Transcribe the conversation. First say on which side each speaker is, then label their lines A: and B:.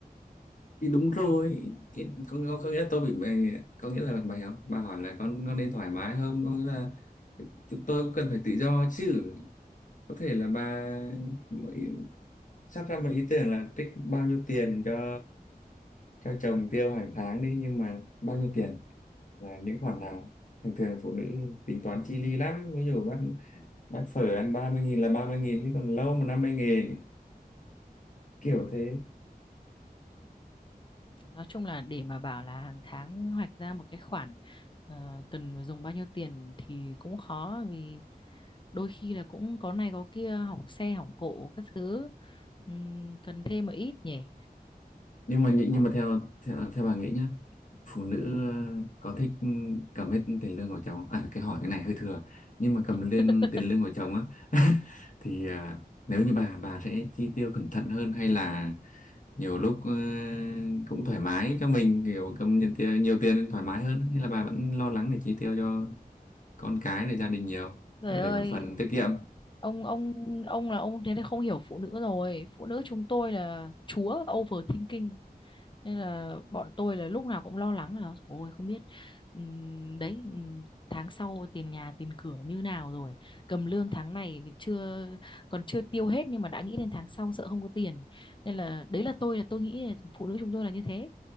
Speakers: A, on the left (about 55°); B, on the left (about 30°).
A: thì đúng rồi thì có, có, có nghĩa là tôi bị mày- có nghĩa là mày học bà hỏi là con con nên thoải mái không có nghĩa là chúng tôi cũng cần phải tự do chứ có thể là bà mới sắp ra một ý tưởng là trích bao nhiêu tiền cho cho chồng tiêu hàng tháng đi nhưng mà bao nhiêu tiền là những khoản nào thường thường phụ nữ tính toán chi li lắm ví dụ bác bác phở ăn 30.000 là 30.000 chứ còn lâu mà 50 nghìn kiểu thế
B: nói chung là để mà bảo là hàng tháng hoạch ra một cái khoản ờ, cần dùng bao nhiêu tiền thì cũng khó vì đôi khi là cũng có này có kia hỏng xe hỏng cộ các thứ Ừm, cần thêm một ít nhỉ
A: nhưng mà nhưng mà theo theo, theo bà nghĩ nhá phụ nữ ờ, có thích ừ, cầm hết tiền lương của chồng không? à cái hỏi cái này hơi thừa nhưng mà cầm lên
B: <laughs>
A: tiền lương của chồng á <laughs> thì ờ, nếu như bà bà sẽ chi tiêu cẩn thận hơn hay là nhiều lúc ờ, cũng thoải mái cho mình kiểu cầm nhiều tiền nhiều tiền thoải mái hơn hay là bà vẫn lo lắng để chi tiêu cho con cái để gia đình nhiều
B: trời
A: rồi
B: ơi
A: để một phần tiết kiệm
B: ông ông ông là ông thế này không hiểu phụ nữ rồi phụ nữ chúng tôi là chúa overthinking nên là bọn tôi là lúc nào cũng lo lắng là ôi không biết ừm, đấy ừm, tháng sau tiền nhà tiền cửa như nào rồi cầm lương tháng này chưa còn chưa tiêu hết nhưng mà đã nghĩ đến tháng sau sợ không có tiền nên là đấy là tôi là tôi nghĩ là phụ nữ chúng tôi là như thế